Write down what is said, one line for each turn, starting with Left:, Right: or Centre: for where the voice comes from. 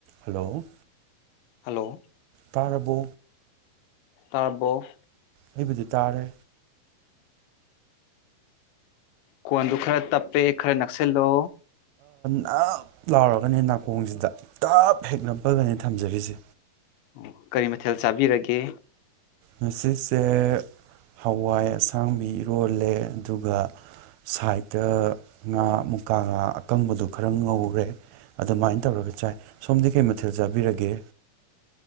Right: Hello
Left: hello
Right: ꯇꯥꯔꯕꯣ
Left: ꯇꯥꯔꯕꯣ
Right: ꯑꯩꯕꯨꯗꯤ ꯇꯥꯔꯦ
Left: ꯀꯣꯟꯗꯨ ꯈꯔ ꯇꯞꯄꯦ ꯈꯔ ꯅꯛꯁꯤꯜꯂꯣ
Right: ꯅꯞ ꯂꯥꯎꯔꯒꯅꯦ ꯅꯥꯀꯣꯡꯁꯤꯗ ꯇꯞ ꯍꯦꯛꯄꯒꯅꯤ ꯊꯝꯖꯔꯤꯁꯦ
Left: ꯑꯣ ꯀꯔꯤ ꯃꯊꯦꯜ ꯆꯥꯕꯤꯔꯒꯦ
Right: ꯉꯁꯤꯁꯦ ꯍꯋꯥꯏ ꯑꯁꯥꯡꯕꯤ ꯏꯔꯣꯜꯂꯦ ꯑꯗꯨꯒ ꯁꯥꯏꯠꯇ ꯉꯥ ꯃꯨꯀꯥ ꯉꯥ ꯑꯀꯪꯕꯗꯣ ꯈꯔ ꯉꯧꯔꯦ ꯑꯗꯨꯃꯥꯏꯅ ꯇꯧꯔꯒ ꯆꯥꯏ ꯁꯣꯝꯗꯤ ꯀꯩ ꯃꯊꯦꯜ ꯆꯥꯕꯤꯔꯒꯦ